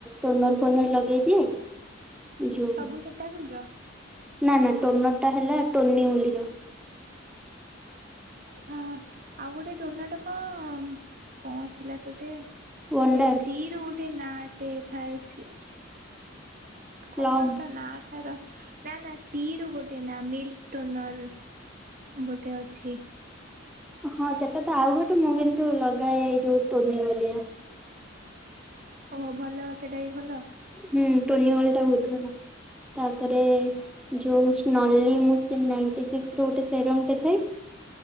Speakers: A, in the centre; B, on the right.
A: ଟୋନର ଫୋନର ଲଗେଇଦିଏ। ଯୋଉ
B: ସବୁ ସେଟାବିଲ ର?
A: ନା ନା ଟୋନର ଟା ହେଲା ଟୋନିୟୁଲି ର।
B: ଆଚ୍ଛା ଆଉ ଗୋଟେ ଟୋନରଟା କ କଣ ଥିଲା ସେଟେ?
A: ୱାଣ୍ଡାର
B: ରେ ସି ରୁ ଗୋଟେ ନାଁ ଟେ ଥାଏ ସି କଣ
A: ପ୍ଲମ୍
B: ତା ନା ତାର ନା ନା ସିରୁ ଗୋଟେ ନା ମିଲ୍କ ଟୋନଲ୍। ଗୋଟେ ଅଛି।
A: ହଁ ସେଟା ତ ଆଉ ଗୋଟେ ମୁଁ କିନ୍ତୁ ଲଗାଏ ଏଇ ଯୋଉ ଟୋନିଓ ରେ।
B: ଓହୋ ଭଲ ସେଟା ବି ଭଲ।
A: ହୁଁ ଟୋନିୱଲ ଟା ବହୁତ ଭଲ। ତାପରେ ଯୋଉ ସ୍ନଲି ମୁଁ ସେ ନାଇଣ୍ଟି ସିକ୍ସ ର ଗୋଟେ ସେରମ୍ ଟେ ଥାଏ।